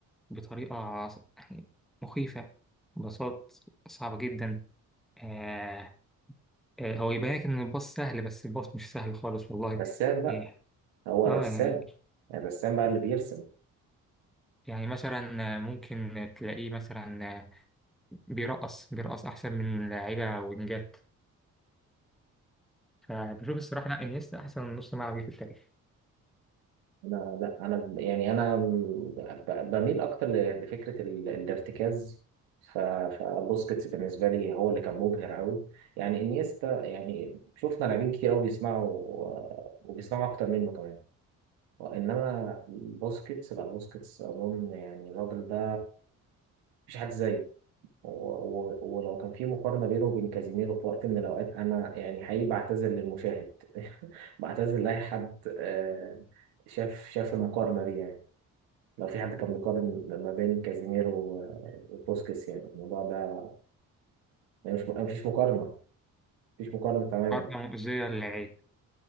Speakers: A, in the centre; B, on the right.
A: بطريقة عص- يعني مخيفة باصات صعبة جدا آه آه، هو يبان لك إن الباص سهل بس الباص مش سهل خالص والله
B: رسام بقى
A: إيه.
B: هو
A: اه
B: الرسام
A: يعني
B: الرسام بقى اللي بيرسم
A: يعني مثلا آه، ممكن تلاقيه مثلا آه، بيرقص بيرقص أحسن من لعيبة وينجات فبشوف الصراحة لا انيستا أحسن نص ملعب جه في التاريخ
B: أنا لا أنا ب- يعني أنا ب- ب- بميل أكتر ل- لفكرة ال- الارتكاز ف- فبوسكيتس بالنسبة لي هو اللي كان مبهر أوي يعني إنيستا يعني شفنا لاعبين كتير أوي بيصنعوا آه، وبيصنعوا أكتر منه كمان انما بوسكيتس لا بوسكيتس اظن يعني الراجل ده مفيش حد زيه و- و- ولو كان في مقارنه بينه وبين كازيميرو في وقت من الاوقات انا يعني حقيقي بعتذر للمشاهد <laughs> بعتذر لاي حد آه، شاف شاف المقارنه دي يعني لو في حد كان بيقارن ما بين كازيميرو و- وبوسكيتس يعني الموضوع ده يعني مش مفيش مقارنه مفيش مقارنه تماما
A: حركة مؤذية للعين